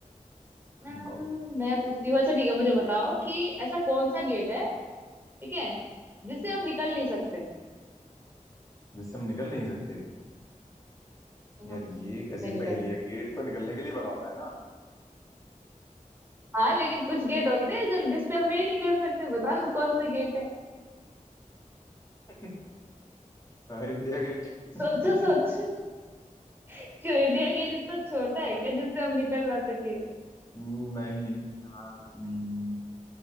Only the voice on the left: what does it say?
बताओ
जिससे हम निकल नहीं सकते
यार ये कैसी
पहेली
है गेट तो निकलने के लिए बना होता है ना
<laughs> India gate <laughs>
नहीं यार हम्म,